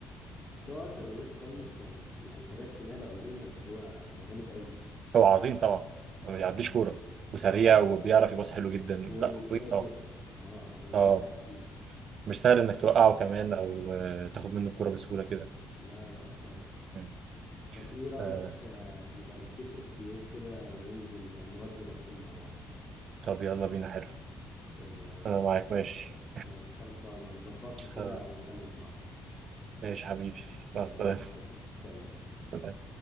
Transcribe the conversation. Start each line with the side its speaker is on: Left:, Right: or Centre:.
Left: بس هو اصلا روبرتو كارلوس كان يعني كباك شمال عموما هو هو جامد قوي
Right: هو عظيم طبعا
Left: هو
Right: ما بيعديش كوره وسريع
Left: اه
Right: وبيعرف يباص حلو جدا
Left: وبيكاتف
Right: لا عظيم طبعا
Left: اه هو مدافع
Right: اه
Left: حلو
Right: مش سهل انك توقعه كمان او آه، تاخد منه الكوره بسهوله كده
Left: لا لا خالص
Right: مم.
Left: طب ايه رأيك
Right: آه.
Left: آه، نبقى نتفق في يوم كده وننزل آه، نودي ماتشين مع بعض
Right: طب يلا بينا حلو
Left: حلو أوي
Right: انا معاك ماشي
Left: ماشي خلصانة نظبطها كده
Right: خلاص
Left: ونكلم بعض
Right: ماشي حبيبي مع
Left: ماشي
Right: السلامه
Left: حبيبي سلام
Right: سلام.